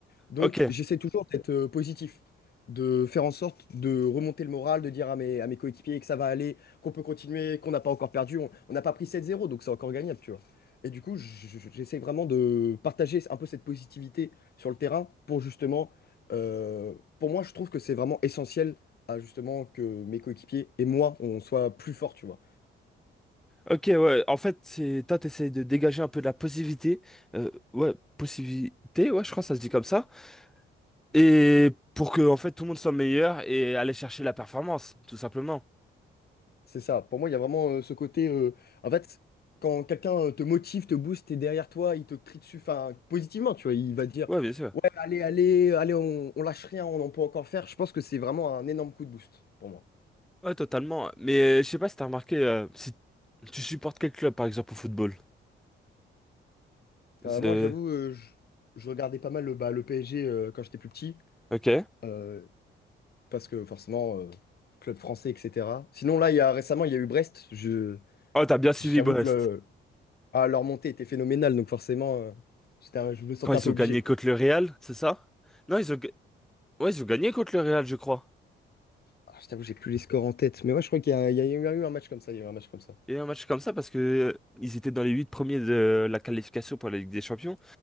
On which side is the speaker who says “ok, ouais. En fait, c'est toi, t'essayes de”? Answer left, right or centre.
Centre